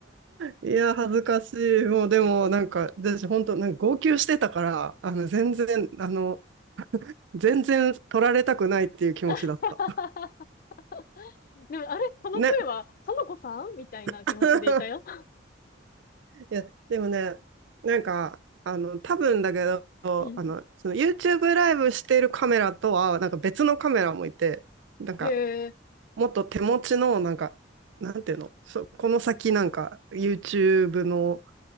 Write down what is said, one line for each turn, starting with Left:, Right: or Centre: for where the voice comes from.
Right: いや、恥ずかしい。もうでも、なんか、私本当、なんか号泣してたから、あの、全然、あの、全然取られたくないっていう気持ちだった。
Left: <laughs> でも、あれこの声は、
Right: ね。
Left: 花子さんみたいな気持ちでいたよ。
Right: <laughs> いや、でもね、なんか、あの、多分だけど、
Left: うん。
Right: あの、その YouTube ライブしてるカメラとは、なんか別のカメラもいて、なんか、
Left: へえ。
Right: もっと手持ちの、なんか、なんていうの、そこの先なんか YouTube の